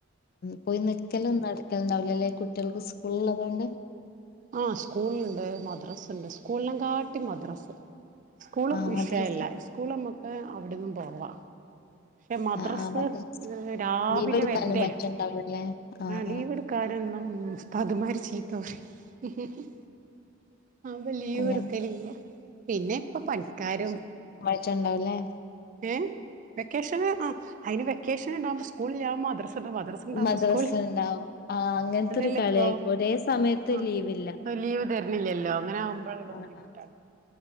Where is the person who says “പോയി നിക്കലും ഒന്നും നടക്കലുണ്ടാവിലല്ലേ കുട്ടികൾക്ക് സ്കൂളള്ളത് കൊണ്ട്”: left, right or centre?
Left